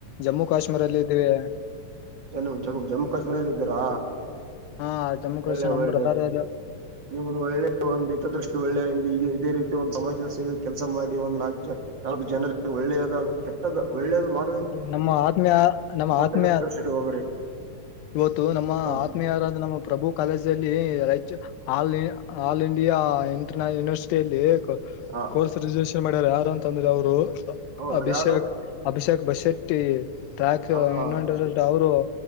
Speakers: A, on the left; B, on the right.
A: ಜಮ್ಮು ಕಾಶ್ಮೀರ ಅಲ್ಲಿ ಇದ್ದೀವಿ.
B: ಜಮ್ಮ ಜಮ್ಮ ಜಮ್ಮು ಕಾಶ್ಮೀರದಲ್ಲಿ ಇದ್ದೀರಾ
A: ಹಾ ಜಮ್ಮು ಕಾಶ್ಮೀರ
B: ಒಳ್ಳೆ
A: ನಮ್
B: ಒಳ್ಳೆ.
A: ಬ್ರದರ್
B: ನಿಮದು ಒಳ್ಳೆ ಒಂದು ಹಿತದೃಷ್ಟಿ ಒಳ್ಳೆ ಇದೇ ರೀತಿ ಒಂದು ಸಮಾಜದ ಸೇವೆ ಕೆಲಸ ಮಾಡಿ ಒಂದು ನಾಲ್ಕು ಜನಕ್ ನಾಲ್ಕು ಜನರಿಗೆ ಒಳ್ಳೇದ ಕೆಟ್ಟದ ಒಳ್ಳೇದು ಮಾಡ
A: ನಮ್ಮ ಆತ್ಮೀ ನಮ್ಮ ಆತ್ಮೀಯ.
B: ಹಿತದೃಷ್ಟಿ ಇಟ್ಕೋಬೇಡಿ
A: ಇವತ್ತು ನಮ್ಮ
B: ಹಾ
A: ಆತ್ಮೀಯಾರಾದ ನಮ್ಮ ಪ್ರಭು ಕಾಲೇಜಲ್ಲಿ ರಾಯ್ ಆಲ್ ಇ ಆಲ್ ಇಂಡಿಯಾ ಇಂಟರ್ಲ್ ಯೂನಿವರ್ಸಿಟಿ ಅಲ್ಲಿ.
B: ಹ
A: ಕೋರ್ಸ್ ರಿಸರ್ವ್ಯೇಷನ್ ಮಾಡರೇ ಯಾರು ಅಂತಂದ್ರೆ ಅವರು
B: ಅವ್
A: ಅಭಿಷೇಕ್
B: ಯಾರು
A: ಅಭಿಷೇಕ್ ಬಶೆಟ್ಟಿ. ಟ್ರ್ಯಾಕ್
B: ಆ
A: ಇನ್ವೆಂಟರ್
B: ಸಿ-
A: ಅವರು